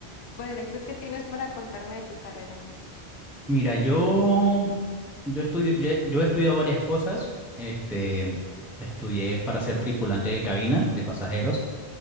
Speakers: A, on the left (about 75°); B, in the centre.
A: Bueno, ¿y tú qué tienes para contarme de tu carrera?
B: Mira, yo, yo estudio, yo, he yo he estudiado varias cosas. Este, estudié para ser tripulante de cabina de pasajeros